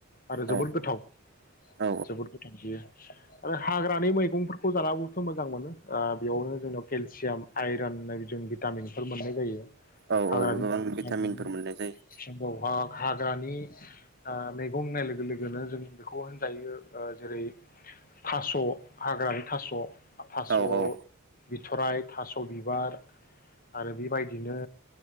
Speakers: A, on the left; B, on the right.
A: आरो
B: औ
A: जोबोद गोथाव
B: औ
A: जोबोद गो बियो आरो हाग्रानि मैगंफोरखौ जानाबोथ मोजां मोनो आ बेयावनो जोंनाव केलसियाम आइरन होननाय भिटामिनफोर मोननाय जायो।
B: औ
A: हाग्रानि
B: औ गोबां भिटामिनफोर
A: हाग्रानि
B: मोननाय जायो
A: <inaudible> हाग्रानि आ मैगं होननाय लोगो लोगोनो जों बेखौ होनजायो ओ जेरै थास' हाग्रानि थास' थास'
B: औ औ
A: बिथराय, थास' बिबार आरो बि बायदिनो